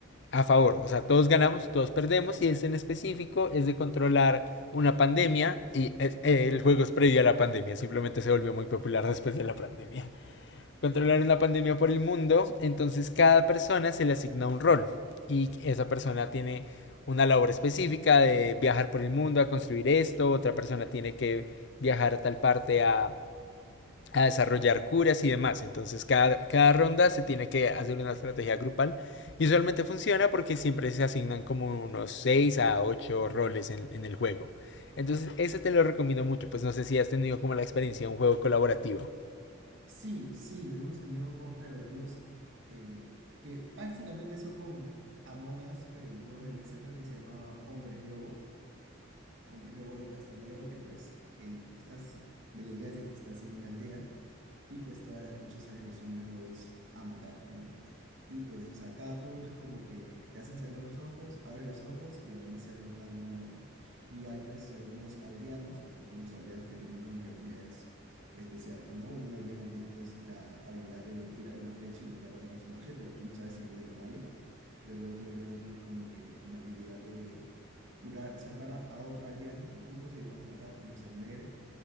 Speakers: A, on the left (about 55°); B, on the right (about 65°).
A: a favor. O sea, todos ganamos, todos perdemos. Y este en específico es de controlar una pandemia. Y es- eh, el juego es previo a la pandemia. Simplemente se volvió muy popular después de la pandemia. <laughs> Controlar una pandemia por el mundo. Entonces cada persona se le asigna un rol. Y esa persona tiene una labor específica de viajar por el mundo a construir esto. Otra persona tiene que viajar a tal parte a a desarrollar curas y demás. Entonces cada, cada ronda se tiene que hacer una estrategia grupal y usualmente funciona porque siempre se asignan como unos 6 a 8 roles en, en el juego. Entonces ese te lo recomiendo mucho, pues no sé si has tenido como la experiencia de un juego colaborativo.
B: Sí, sí, no hemos tenido juegos colaborativos eh, que prácticamente son como Among Us, pero en juegos de mesa creo que se llamaba Hombres Lobo un prólogo de Castanegro que pues en, estás, la idea es de que estás en una aldea y pues todas las noches salen los hombres lobos a matar, ¿no? Y pues, o sea, cada turno es como que te hacen cerrar los ojos, abre los ojos y amanece algo, alguien muerto. Y hay pues algunos aldeanos, que son algunos aldeanos que tienen como que habilidades especiales, ¿no? Un aldeano tiene pues la habilidad de tirar una flecha y matar a un personaje, pero tú no sabes si es bueno o malo. Luego otro aldeano tiene como que la habilidad de curar, salvar a, a otro aldeano y justo si lo van a matar no se muere.